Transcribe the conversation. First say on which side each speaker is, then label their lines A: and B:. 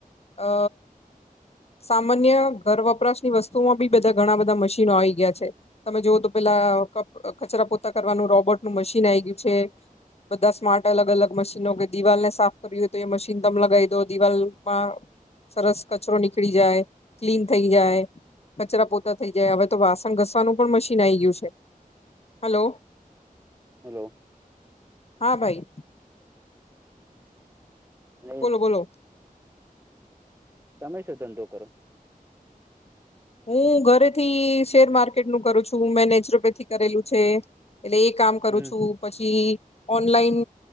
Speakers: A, on the left (about 45°); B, on the right (about 15°).
A: અ સામાન્ય ઘર વપરાશની વસ્તુમાં બી બધા ઘણા મશીનો આવી ગયા છે. તમે જોવઓ તો પેલા કચરા પોતા કરવાનું રોબોટનું મશીન આઈ ગયું છે. બધા સ્માર્ટ અલગ અલગ મશીનો કે દિવાલને સાફ કર તો એ મશીન તમ લગાવી દો દિવાલમાં સરસ કચરો નીકળી જાય ક્લીન થઈ જાય કચરા પોતા થઈ જાય તો વાસણ ઘસવાનું પણ મશીન આઈ ગયું છે હલો
B: હલો
A: હા ભાઈ
B: અને
A: બોલો બોલો
B: તમે શુ ધંધો કરો
A: હું ઘરેથી શેર માર્કેટ નું કરું છું મેં નેચરોપેથી કરેલું છે એટલે એ કામ કરું
B: હમ
A: છું પછી ઓનલાઈન